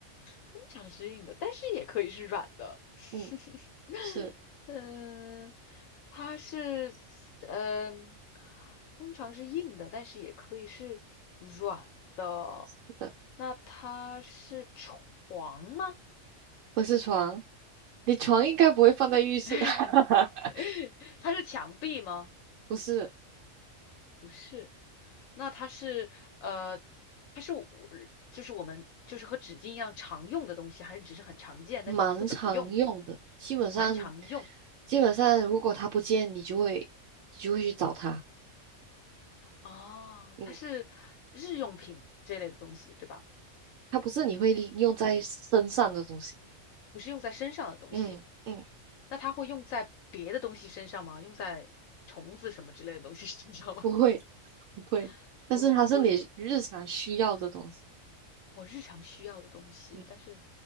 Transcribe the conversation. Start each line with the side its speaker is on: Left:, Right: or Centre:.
Left: 通常是硬的，但是也可以是软的。<laughs>
Right: 嗯，是
Left: 嗯，它是嗯，通常是硬的，但是也可以是软的。
Right: 是的，
Left: 那它是床吗？
Right: 不是床。你床应该不会放在浴室，
Left: <laughs>
Right: <laughs>
Left: 它是墙壁吗？
Right: 不是，
Left: 不是。那它是呃，它是我就是我们就是和纸巾一样常用的东西，还是只是很常见，
Right: 蛮常用的。
Left: 但是不怎么用，
Right: 基本上，
Left: 常用？
Right: 基本上如果它不见，你就会你就会去找它。
Left: 哦，
Right: 嗯，
Left: 它是日用品这类的东西，对吧？
Right: 它不是你会用在身上的东西。
Left: 不是用在身上的东西，
Right: 嗯嗯，
Left: 那它会用在别的东西身上吗？用在虫子什么之类的东西身上吗？
Right: 不会不会，
Left: <laughs>
Right: 但是它是你日常需要的东西。
Left: 不会，我日常需要的东西，
Right: 嗯，
Left: 但是